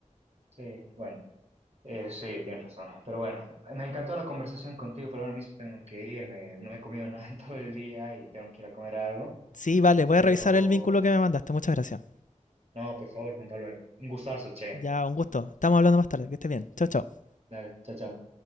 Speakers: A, on the right; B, on the left.
A: Sí, bueno, eh, sí, tienes razón. Pero bueno, me encantó la conversación contigo, pero ahora mismo tengo que irme. No he comido <laughs> nada en todo el día y tengo que ir a comer algo.
B: Sí, vale, voy
A: Pero,
B: a revisar el vínculo que me mandaste, muchas gracias.
A: no, por favor, Juan Pablo, un gustazo, che.
B: Ya, un gusto. Estamos hablando más tarde. Que estés bien. Chao, chao.
A: Dale, chao, chao.